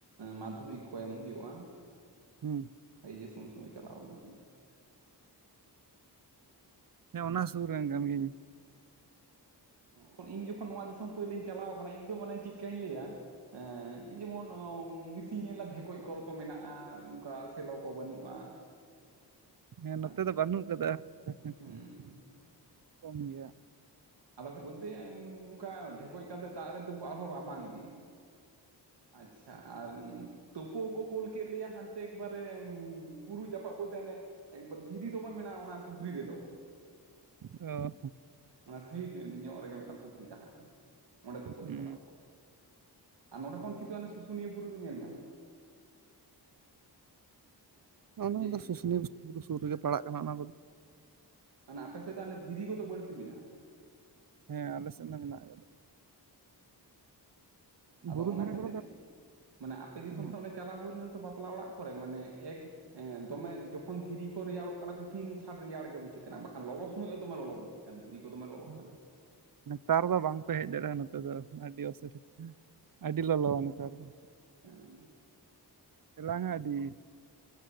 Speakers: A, on the right; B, on the right.
A: ᱢᱟᱫᱽᱫᱷᱚᱢᱤᱠ ᱠᱚ ᱮᱢ ᱦᱩᱭᱩᱜᱼᱟ᱾
B: ᱦᱩᱸ
A: ᱮᱭᱤᱪᱮᱥ ᱮᱢ ᱩᱱ ᱥᱚᱢᱚᱭ ᱪᱟᱞᱟᱣ ᱦᱩᱭ ᱠᱟᱱᱟ
B: ᱦᱮᱸ ᱚᱱᱟ ᱥᱩᱨ ᱨᱮᱱ ᱠᱟᱱ ᱜᱤᱭᱟᱹᱧ᱾
A: ᱦᱚᱸ ᱤᱧ ᱡᱚᱠᱷᱚᱱ ᱱᱚᱣᱟ ᱫᱤᱥᱚᱢ ᱯᱩᱭᱞᱟᱹᱧ ᱪᱟᱞᱟᱣ ᱠᱟᱱᱟ ᱤᱧ ᱫᱚ ᱢᱟᱱᱮ ᱪᱤᱠᱟᱹᱧ ᱞᱟᱹᱭᱟ? ᱮᱸᱻ ᱡᱮᱢᱚᱱ ᱚᱸᱻ ᱵᱤᱥᱤᱧ ᱧᱮᱞᱟ ᱵᱷᱮᱠᱚᱡ ᱠᱚᱞ ᱠᱚ ᱢᱮᱱᱟᱜᱼᱟ ᱚᱱᱠᱟ ᱥᱮᱞᱚ ᱠᱚ ᱵᱟᱹᱱᱩᱜᱼᱟ᱾
B: ᱦᱮᱸ
A: ᱟᱪᱪᱷᱟ
B: ᱱᱚᱛᱮ ᱫᱚ ᱵᱟᱹᱱᱩᱜ ᱠᱟᱫᱟ
A: ᱦᱩᱸ
B: <inaudible>
A: ᱦᱩᱸ
B: ᱠᱚᱢ ᱜᱮᱭᱟ
A: ᱟᱫᱚ ᱵᱩᱫᱷᱤᱭᱤᱟ. ᱧ ᱚᱝᱠᱟ ᱰᱷᱮᱠᱚᱡ ᱠᱟᱛᱮᱫ ᱫᱟᱜ ᱨᱮ ᱛᱩᱯᱩ ᱟᱨᱦᱚ ᱨᱟᱵᱟᱝ ᱫᱤᱱ ᱟᱪᱪᱷᱟ ᱟᱨᱼᱢ ᱛᱳᱯᱩᱜ ᱠᱚ ᱠᱳᱞ ᱠᱮᱫ ᱞᱮᱭᱟ ᱦᱟᱱᱛᱮ ᱮᱠᱵᱟᱨᱮ ᱩᱸ ᱵᱩᱨᱩ ᱡᱟᱯᱟᱜ ᱵᱚᱞᱛᱮ ᱦᱟᱱᱮ ᱮᱠᱵᱟᱫ ᱫᱷᱤᱨᱤ ᱫᱚᱢᱮ ᱢᱮᱱᱟᱜᱼᱟ ᱚᱱᱟ ᱯᱩᱠᱷᱨᱤ ᱨᱮᱫᱚ᱾
B: ᱚ
A: ᱚᱱᱟ ᱥᱟ. ᱭᱤᱰ ᱧᱚᱜ ᱨᱮᱜᱮ ᱢᱤᱫᱴᱟ ᱯᱩᱠᱷᱨᱤ ᱛᱟᱦᱮᱸ ᱠᱟᱱᱟ ᱚᱸᱰᱮ ᱛᱩᱯᱩᱞᱮ
B: ᱦᱩᱸ
A: ᱪᱟᱞᱟᱣ ᱠᱚᱜᱼᱟ ᱟᱨ ᱱᱚᱰᱮ ᱠᱷᱚᱱ ᱠᱤᱱᱛᱩ ᱥᱩᱥᱩᱱᱤᱭᱟᱹ ᱵᱩᱨᱩ ᱧᱮᱞ ᱧᱟᱢᱚᱜᱼᱟ᱾
B: ᱦᱮᱸ ᱚᱱᱟ
A: ᱡᱮ
B: ᱫᱚ ᱥᱩᱥᱩᱱᱤᱭᱟᱹ ᱵᱩᱨᱩ ᱥᱩᱨ ᱨᱮᱜᱮ ᱯᱟᱲᱟᱜ ᱠᱟᱱᱟ ᱚᱱᱟ ᱠᱚ
A: ᱟᱱᱟ ᱟᱯᱮ ᱥᱮᱫ ᱫᱚ ᱟᱱᱮ ᱫᱷᱤᱨᱤ ᱠᱚᱫᱚ ᱵᱟᱹᱲᱛᱤ ᱢᱮᱱᱟᱜᱼᱟ?
B: ᱦᱮᱸ ᱟᱞᱮ ᱥᱮᱱ ᱫᱚ ᱦᱮᱱᱟᱜ ᱟᱠᱟᱫᱟ᱾
A: ᱟᱫᱚ
B: ᱵᱩᱨᱩ
A: ᱚᱱᱟ
B: ᱫᱷᱟᱨᱮ
A: ᱠᱷᱟᱹᱛᱤᱨ
B: ᱠᱚᱨᱮ ᱫᱚ
A: ᱢᱟᱱᱮᱜ ᱟᱯᱮ ᱫᱤᱥᱚᱢ
B: ᱢᱮᱱᱟᱜ
A: ᱥᱚ ᱚᱞᱮ ᱪᱟᱞᱟᱣ ᱦᱩᱭ ᱞᱮᱱ ᱛᱚ ᱵᱟᱯᱞᱟ ᱚᱲᱟᱜ ᱠᱚᱨᱮ ᱢᱟᱱᱮ ᱮᱠ ᱮᱸ ᱫᱚᱢᱮ ᱡᱚᱠᱦᱚᱱ ᱫᱷᱤᱨᱤ ᱠᱚ ᱨᱮᱭᱟᱲᱚᱜ ᱠᱟᱱᱟ ᱠᱩᱴᱷᱤᱱ ᱪᱷᱟᱴ ᱨᱮᱭᱟᱲ ᱜᱮ ᱵᱩᱡᱷᱟᱹᱜ ᱠᱟᱱᱟ ᱵᱟᱠᱷᱟᱱ ᱞᱚᱞᱚ ᱥᱚᱢᱚᱭ ᱫᱚᱢᱮ ᱞᱚᱞᱚ ᱵᱩᱡᱷᱟᱹᱜᱼᱟ᱾ ᱮᱠᱟᱱ ᱫᱷᱤᱨᱤ ᱠᱚ ᱫᱚᱢᱮ ᱞᱚᱞᱚᱜ
B: ᱟᱠᱟᱫᱟ᱾
A: ᱠᱟᱱᱟ᱾
B: ᱱᱮᱛᱟᱨ ᱫᱚ ᱵᱟᱝᱯᱮ ᱦᱮᱡ ᱫᱟᱲᱮᱼᱟ ᱱᱚᱛᱮ ᱫᱚ ᱟᱹᱰᱤ ᱚᱥᱩ <unintelligible> ᱟᱹᱰᱤ ᱞᱚᱞᱚᱣᱟ ᱱᱮᱛᱟᱨ ᱫᱚ᱾
A: ᱦᱮᱸᱼᱮ
B: ᱮᱞᱟᱝᱼᱟᱹᱰᱤ